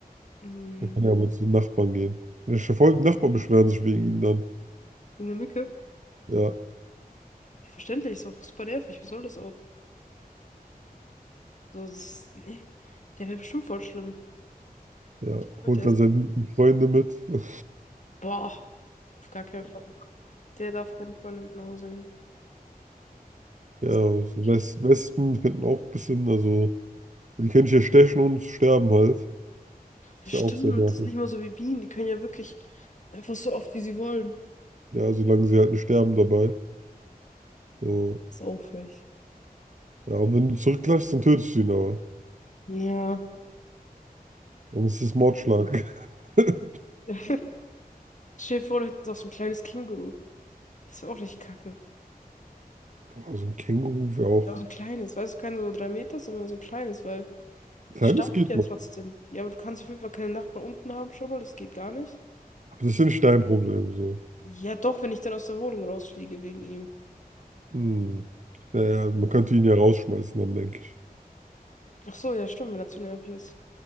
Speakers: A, on the left; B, on the right.
A: Mhm.
B: dann kann er aber zu den Nachbarn gehen. Der Nachbarn beschweren sich wegen ihm dann.
A: In der Mücke?
B: Ja.
A: Ja, verständlich, ist auch super nervig. Was soll das auch? So, das ist, nee, der wäre bestimmt voll schlimm.
B: Ja,
A: Heute
B: holt
A: erst.
B: dann seine guten Freunde mit. <laughs>
A: Boah, auf gar keinen Fall. Der darf keine Freunde mit nach Hause nehmen.
B: Ja,
A: Das
B: so
A: kann
B: Wes-
A: ich nie.
B: Wespen könnten auch ein bisschen, also, die können sich ja stechen und sterben halt.
A: Ja,
B: Ist
A: stimmt,
B: ja auch sehr nervig.
A: das ist nicht mal so wie Bienen. Die können ja wirklich einfach so oft, wie sie wollen.
B: Ja, solange sie halt nicht sterben dabei. So,
A: Das ist aufrecht.
B: ja, und wenn du zurückklatschst, dann tötest du ihn aber.
A: Ja.
B: Dann ist es Mordschlag. <laughs>
A: <laughs> Stell dir vor, du hättest auch so ein kleines Känguru. Das wäre auch richtig kacke.
B: Boah, so ein Känguru wäre auch.
A: Ja, aber so ein kleines, weißt du, kein so drei Meter, sondern so ein kleines, weil.
B: Kleines
A: Das stampft
B: geht
A: ja
B: noch.
A: trotzdem. Ja, aber du kannst auf jeden Fall keine Nachbarn unten haben schon mal, das geht gar nicht.
B: Aber das ist ja nicht dein Problem, so.
A: Ja, doch, wenn ich dann aus der Wohnung rausfliege wegen ihm.
B: Hm. Naja, man könnte ihn ja rausschmeißen, dann denke ich.
A: Ach so, ja, stimmt, wenn er zu nervig ist.